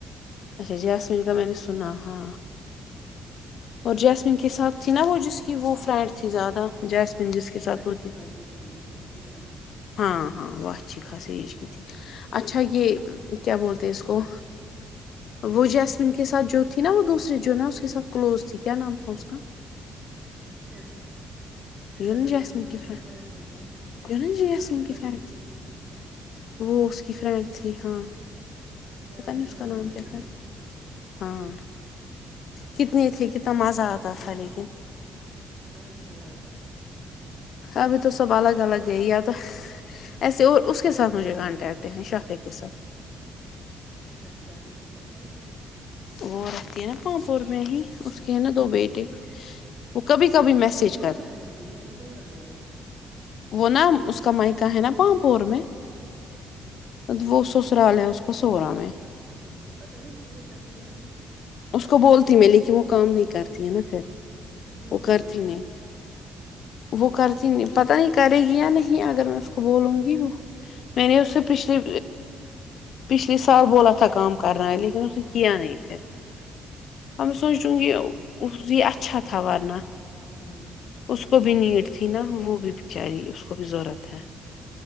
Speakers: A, on the left (about 65°); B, on the right (about 40°).
A: اچھا جیسمین کا میں نے سنا ہا اور جیسمین
B: ہمم
A: کے ساتھ تھی نا وہ جس کی کہ وہ فرینڈ تھی زیادہ جیسمین جس کے ساتھ
B: اچھی
A: ہوتی تھی
B: خاصی ایج کی تھی نا
A: ہاں ہاں واہچھی
B: ہمم
A: خاسیش کی تھی اچھا یہ کیا بولتے توس کو وہ جیسمین کے ساتھ جو تھی نا وہ دوسری جو نا اس کے ساتھ کلوز تھی کیا نام تھا اس کا
B: ہاں اس کا
A: نا
B: نام
A: جسم
B: یہ تھا
A: کی ف
B: ہاں ہاں ہاں
A: نا جیسمین
B: پتلی
A: کی
B: پتلی
A: فرینڈ
B: سی تھی
A: وہ اس کی فرینڈ تھی ہاں
B: یاد
A: پتا نہیں اس
B: آ
A: کا
B: رہا
A: نام
B: لیکن
A: کیا تھا
B: تھی
A: ہاں کتنی تھھی کتنا مزہ آتا تھا لیکن
B: مزہد ت تھاک
A: ابھی تو سب الگ الگ یا تو ایسے اور اس کے ساتھ مجھے کانٹیکٹ ہیں شافق کے ساتھ
B: اچھا شافیق کے ساتھ ہے
A: وہ رتی ہے نا پاںپور میں ہی اس کے ہے نا دو بیٹے وہ کبھی کبھی
B: پامپور
A: میسج
B: میں
A: کرتی
B: کہاں رہتی ہیں وہ سوہرا میں رہتی ہے
A: وہ نا اس کا مائکہ ہے نا پاپور میں ب وہ سسرال ہیں اس کو سولہہ میں
B: ہاں پت نہیں وہ کیا کرتی ہےبھی
A: اس کو بولتی میں لیکن وہ کام نہیں کرتی ہے نا پھر
B: ہمم
A: وہ کرتی نہیں وہ کرتی نہیں پتا نہیں کرے گی یا نہیں اگر میں اس کو بولوں گی میں نے اسے پچھلی پچھلے سال بولا تھا کام کرنا ہے لیکن اسے کیا نہیں پھر اور میں سوچ رہوں کہ یہ اچھا تھا ورنا
B: ہمم
A: اس کو بھی نیڈ تھی نا وہ بھی بچاری اس کو بھی ضرورت <unintelligible>